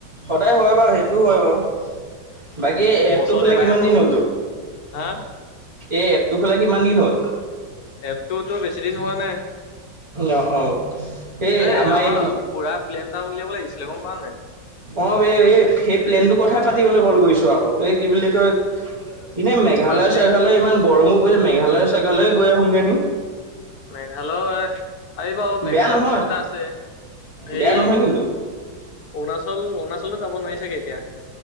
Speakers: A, on the right (about 25°); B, on the left (about 60°).
A: সদায় হয় বাৰু, সেইটোও হয় বাৰু, বাকী এপটো
B: বছৰত
A: খোলা
B: এবাৰহে
A: কিমান
B: পাওঁ।
A: দিন হ'লতো
B: হা
A: এইপ। তোৰ খোলা কি ইমান দিন হ'ল।
B: এপটোতো বেছি দিন হোৱা নাই।
A: অ', অ'। এই
B: এ আমাৰ
A: এই
B: ফুৰা প্লেন টা উলিয়াব লাগিছিলে গম পাৱ নাই।
A: অ এই এই সেই প্লেন টো কথাই পাতিবলৈ কল কৰি। আকৌ এই কি বুলি কয়। এনে মেঘালয়
B: মাজুলী
A: চেঘালয় ইমান গৰমো। মেঘালয়ৰ চেগালয়ে গৈ আহোনগোন।
B: মেঘালয় পাৰিবা। মেঘালয়
A: বেয়া নহয়,
B: প্লেন এটা আছে সেই
A: বেয়া নহয় কিন্তু।
B: অৰুণাচল অৰুণাচল যাব নোৱাৰিছাগে এতিয়া।